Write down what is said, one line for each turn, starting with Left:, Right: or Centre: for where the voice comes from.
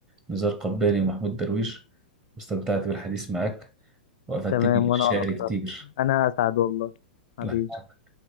Right: لنزار قباني ومحمود درويش واستمتعت بالحديث معك وافدتني
Left: تمام
Right: بالشعر
Left: وانا اكتر
Right: كتير
Left: انا سعد والله حبيبي
Right: الله يكرمك